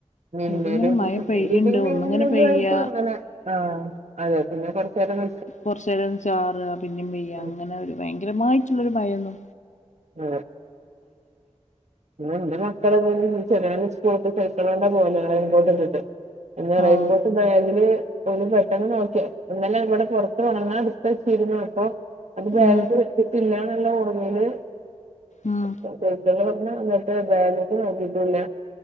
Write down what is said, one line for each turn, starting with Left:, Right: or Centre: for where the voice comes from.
Right: മിന്നലും
Left: ഇതിങ്ങനെ മഴ പെയ്യുണ്ട്
Right: ഇടി മന്നലും
Left: ഒന്നിങ്ങനെ പെയ്യ
Right: ആയിട്ടും അങ്ങനെ ആ അതെ പിന്നെ കുറച്ച നേര
Left: കുറച്ച നേരം ചാറ് പിന്നും വെയ്യ
Right: ഉം
Left: അങ്ങനെ ഒരു ഭയങ്കരമായിട്ടുള്ളരു ഭയന്നു
Right: <unintelligible> ഇ എന്റെ മക്കളെ സ്കൂള സൈക്കിൾ കൊണ്ട പോവൽ ഇൻപോട്ട ഇട്ടിട്ട് എന്നാ റെയിൻകോട്ട്
Left: ആഹ്
Right: ബേഗിൽ പെട്ടെന്ന് നോക്കിയ ഇന്നലെ ഇവിടെ പുറത്ത് ഉണങ്ങാൻ എടുത്ത വച്ചിരുന്നു അപ്പൊ അത് ബേഗിൽ
Left: ഉം
Right: വെച്ചിട്ടില്ല എന്നുള്ള ഓർമ്മയില്
Left: ഉം
Right: വട്ട പറഞ്ഞ എന്നിട്ട് ബാഗ് നോക്കിട്ടില്ല